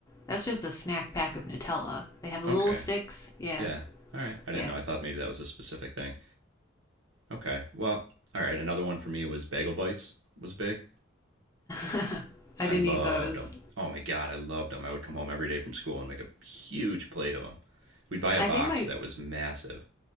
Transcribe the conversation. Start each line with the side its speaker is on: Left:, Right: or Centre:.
Left: That's just a snack pack of Nutella. They have the
Right: Okay,
Left: little sticks. Yeah.
Right: yeah, all right. I
Left: Yeah.
Right: didn't know. I thought maybe that was a specific thing. Okay, well, all right. Another one for me was bagel bites was big.
Left: <laughs> I
Right: I
Left: didn't
Right: loved
Left: eat those.
Right: them. Oh my God, I loved them. I would come home every day from school and make a huge plate of them. We'd buy a
Left: I
Right: box
Left: think my
Right: that was massive.